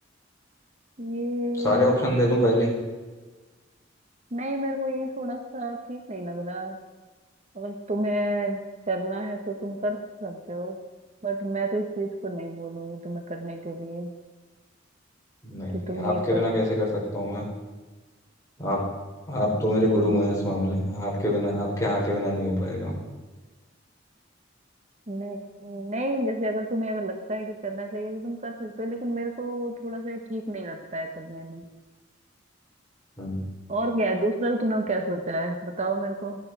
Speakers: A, on the right (about 35°); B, on the left (about 15°).
A: ये
B: सारे ऑप्शन दे दूं पहले ही?
A: नहीं मेरे को ये थोड़ा सा ठीक नहीं लग रहा अगर तुम्हें करना है तो तुम कर सकते हो बट मैं तो इस चीज को नहीं बोलूंगी तुम्हें करने के लिए
B: नहीं नहीं
A: कि तुम ये
B: आपके
A: करो
B: बिना कैसे कर सकता हूँ मैं आप आप तो मेरे गुरु हैं इस मामले में आपके बिना आपके यहाँ के बिना नहीं हो पाएगा
A: नहीं नहीं जैसे अगर तुम्हें अगर लगता है कि करना चाहिए तो तुम कर सकते हो लेकिन मेरे को थोड़ा सा ये ठीक नहीं लगता है करने में
B: हम्म,
A: और क्या है दूसरा तुमने क्या सोचा है बताओ मेरे को